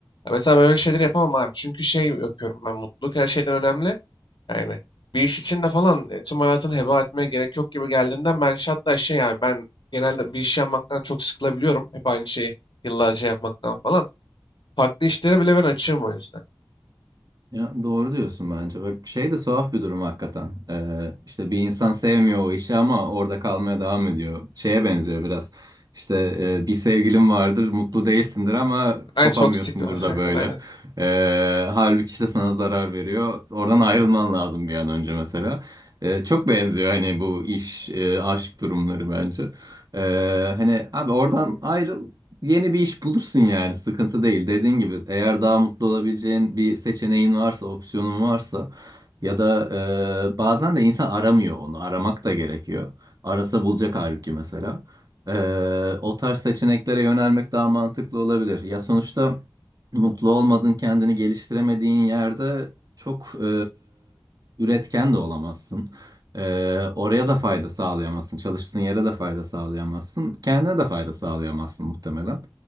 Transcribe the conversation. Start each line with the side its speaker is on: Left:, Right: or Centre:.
Left: Ya mesela ben öyle şeyleri yapamam abi. Çünkü şey bakıyorum ben mutluluk her şeyden önemli. Yani bir iş için de falan e, tüm hayatını heba etmeye gerek yok gibi geldiğinden ben şey- hatta şey yani ben genelde bir iş yapmaktan çok sıkılabiliyorum. Hep aynı şeyi yıllarca yapmaktan falan. Farklı işlere bile ben açığım o yüzden.
Right: Ya doğru diyorsun bence. Bak şey de tuhaf bir durum hakikaten. Ee, işte bir insan sevmiyor o işi ama orada kalmaya devam ediyor. Şeye benziyor biraz. İşte e, bir sevgilin vardır, mutlu değilsindir ama
Left: Aynen
Right: kopamıyorsundur
Left: toksik. <laughs>
Right: da
Left: Aynen
Right: böyle.
Left: aynen.
Right: Ee, halbuki işte sana zarar veriyor. Oradan ayrılman lazım bir an önce mesela. Ee, çok benziyor hani bu iş, e, aşk durumları bence. Ee, hani abi oradan ayrıl Yeni bir iş bulursun yani sıkıntı değil. Dediğin gibi eğer daha mutlu olabileceğin bir seçeneğin varsa, opsiyonun varsa ya da e, bazen de insan aramıyor onu. Aramak da gerekiyor. Arasa bulacak halbuki mesela. E, o tarz seçeneklere yönelmek daha mantıklı olabilir. Ya sonuçta mutlu olmadığın, kendini geliştiremediğin yerde çok e, üretken de olamazsın. Ee, oraya da fayda sağlayamazsın. Çalıştığın yere de fayda sağlayamazsın. Kendine de fayda sağlayamazsın muhtemelen.